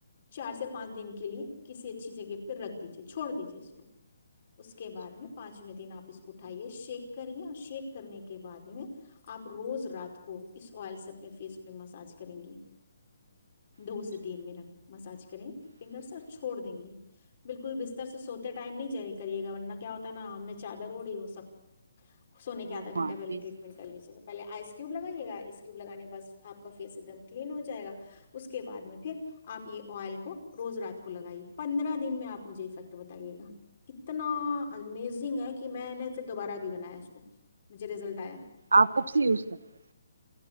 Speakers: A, on the left; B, on the right.
A: چار سے پانچ دن کے لیے کسی اچھی جگہ پہ رکھ دیجیے چھوڑ دیجیے اس کو اس کے
B: اچھا
A: بعد میں پانچویں دن آپ اس کو اٹھائیے شیک کرے اور شیک کرنے کے بعد میں آپ روز رات کو اس آئل سے اپنے فیس پہ مساج کریں گی دو
B: اچھا
A: سے تین منٹ مساج کریں گی فنگرس
B: ٹھیک ہے،
A: اور چھوڑ دیں گی بالکل بستر سے سو ٹائم نہیں ج کریے گا ورنہ کیا ہوتا ہے نا ہم نے چادر اوڑی وہ سب سونے
B: وہ
A: آدھ گھنٹہےٹریٹن
B: ہاں فیس ہوں،
A: کر لیجیے پہے آئ کیو لگائیے
B: ہوں،
A: گ آئس کیوب لگان کے بع آپ کا فیس ایک دم کلین ہو جائے گا اس کے بعد میں پھر آپ یہ آئل کو روز رات کو لگائیے پندرہ دن میں آپ مجھے افیکٹ بتا بتے گا اتنا امیزنگ ہے کہ میں پھر دوبارہ بھی بنایا اس کو مجھے رزلٹ آیا
B: آپ کب سے یوز کر رہے ہیں